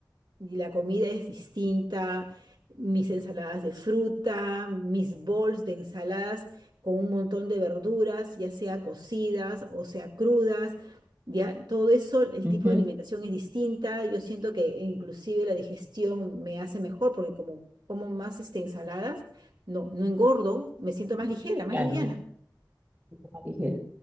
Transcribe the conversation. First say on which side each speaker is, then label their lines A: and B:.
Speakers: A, on the right; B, on the right.
A: y la comida es distinta, mis ensaladas de fruta, mis bowls de ensaladas con un montón de verduras, ya sea cocidas o sea crudas, ya todo eso, el
B: Ujú,
A: tipo de alimentación es distinta, yo siento que inclusive la digestión me hace mejor porque como como más este, ensaladas, no, no engordo, me siento más ligera, más
B: Claro,
A: liviana.
B: más ligera.